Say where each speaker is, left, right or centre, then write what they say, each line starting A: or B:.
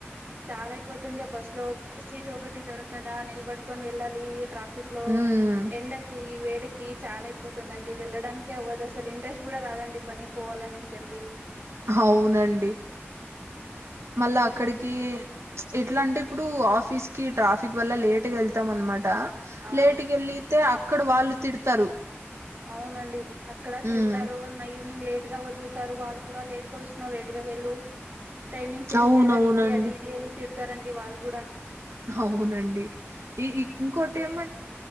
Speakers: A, on the right; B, on the right.
A: చాలా అయిపోతుంది ఆ బస్ లో సీట్ ఒకటి దొరకదా నిలబట్టుకొని వెళ్ళాలి ట్రా క్లో
B: ఉమ్,
A: ఎండకి వే కి చాలా అయిపోతుందండి వెళ్ళడానికి అవ్వదు అసలు ఇంట్రెస్ట్ కూడా రాదండి పనికి పోవాలని అని చెప్పి
B: అవునండి మళ్ళా అక్కడికి ఎట్ల అంటే ఇప్పుడు ఆఫీస్ కి ట్రాఫిక్ వల్ల లేట్గా వెళ్తాం అనమా ట
A: ఆ
B: లేటుగ వెళ్ళితే అక్కడ వాళ్ళు తిడతారు
A: అవునండి అక్కడ తిడతారో
B: ఉమ్
A: నింగ్ లేట్ గా వదులుతారు వాళ్ళు కూడా లేట్గా వచ్చినావ్ లేట్ గా వెళ్ళు టైమింగ్ సెన్స్
B: అవునవునండి
A: లేదా నీకి అది ఇది అని స్తారండి వాళ్ళు గూడా
B: అవునండి ఈ ఇంకోటి ఏమంటే